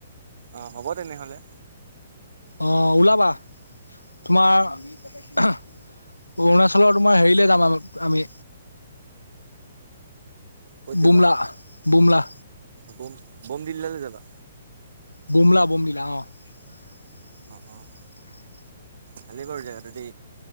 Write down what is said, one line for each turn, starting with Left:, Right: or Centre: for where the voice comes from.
Right: অঁ হ'ব তেনেহ'লে।
Left: অ ওলাবা তোমাৰ অৰুণাচলৰ তোমাৰ হেৰিলে যাম আ আমি।
Right: ক'ত যাবা?
Left: বুমলা বুমলা।
Right: বম বম দিল্লাল যাবা।
Left: বোমলা বমলিলা অ। <unintelligible>
Right: অ', অ', ভালেই বাৰু জদি